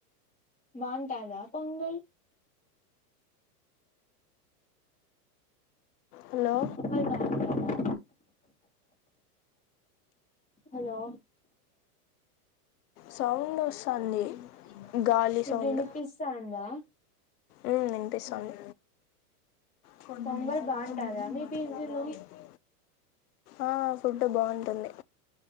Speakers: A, on the left (about 15°); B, on the left (about 70°).
A: బాంటాదా పొంగల్
B: హలో
A: పొంగల్ బాగుంటదా హలో
B: సౌడ్ వస్తున్ అండి
A: ఇప్పుడు
B: గాలి సౌండ్
A: వినిపిస్తాందా
B: ఉమ్ వినిపిస్తాంది కొన్నిం
A: పొంగల్
B: నలా
A: బాగుంటదా
B: ఉ
A: మీ
B: మనక
A: పీజీలో
B: ఉ ఆ ఫుడ్ బాగుంటుంది